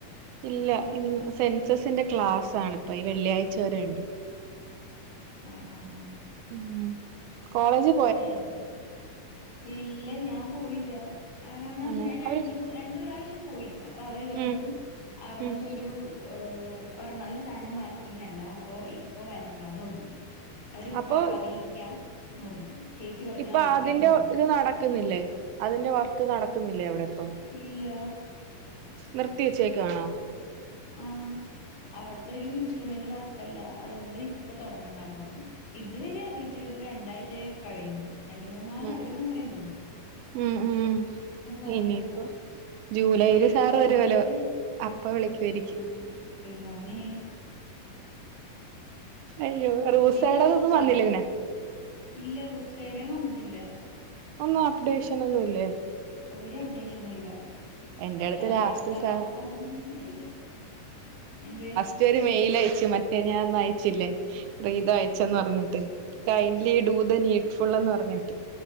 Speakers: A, on the right; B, on the left.
A: ഇല്ല ഇന് സെൻസസിന്റെ ക്ലാസ് ആണുപ്പോ ഈ വെള്ളിയഴ്ച വരെ ഇണ്ട്
B: ആഹ് ആഹ് ആഹ്
A: ഉം കോളേജ്
B: അപ്പയാൻ ഇല്ല ഞാൻ പോയില്ല അഹ് കാരണം
A: അങ്ങനെ
B: ഞാൻ രണ്ടു
A: അവര്
B: രണ്ടു പ്രാവശ്യം പോയി അപ്പൊ അവര് പറഞ്ഞു
A: ഉം
B: അവിടത്തൊരു
A: ഉം
B: ഹ്‌ ഒരെണ്ണം ഒരു സാനം വർക്കിങ് അല്ല അപ്പൊ ഇപ്പൊ വരണ്ടാന്ന് പറഞ്ഞു അവര്
A: അപ്പൊ
B: പ അറിയിക്കാംന്ന് പറഞ്ഞു ചേച്ചി പറഞ്ഞു
A: ഇപ്പൊ
B: അറിയിക്കാന്ന്
A: അതിന്റെ
B: പറഞ്ഞു
A: ഇത് നടക്കുന്നില്ലേ അതിന്റെ വർക്ക് നടക്കുന്നില്ലേ അവിടെ ഇപ്പൊ
B: ഇല്ലാ
A: നിർത്തിവച്ചേക്കാണോ
B: ആഹ് അവിടുത്തെ ഒരു ഇൻസ്ട്രുമെന്റ് വർക്കല്ല അതുകൊണ്ട് ഇപ്പൊ തുടങ്ങണ്ടന്ന് പറഞ്ഞു ഇതുവരെ അറിയിച്ചുള്ള ഇപ്പൊ രണ്ടാഴ്ച കഴിഞ്ഞു രണ്ട് മൂന്നാല
A: ഉം
B: ഒരു മാസായി തോന്നു
A: ഉം ഉം
B: പറഞ്ഞില്ല
A: ഇനിപ്പൊ ജൂലൈയില്
B: പേപ്പറിനുള്ളത്
A: സാർ വരോലോ അപ്പ വിളിക്കുവായിക്കും
B: ആഹ് ദൈവമേ
A: അയ്യോ റൂസായിടതൊന്നും
B: എനിക്കതിഷ്ടല്ല.
A: വന്നില്ലങ്ങനെ
B: ഇല്ല റൂസടേയും വന്നിട്ടില്ല
A: ഒന്നും അപ്ഡേഷൻ ഒന്നുംല്ലേ
B: ഒരു അപ്ഡേഷനും ഇല്ല
A: എന്റെ അടുത്ത്
B: ചിലപ്പോ
A: ലാസ്റ്റ്
B: അടുത്ത
A: സാർ
B: മാസം ആയിരിക്കും എന്ത്
A: റ്റര് മെൽ അയച്ചു മറ്റേ ഞാൻ ഒന്ന അയച്ചില്ലേ റീത് അയച്ചന്ന് പറഞ്ഞിട്ട് ടൈ ലി ഡൂ ദ നീറ്റ്ഫുൾ എന്ന് പറഞ്ഞിട്ട്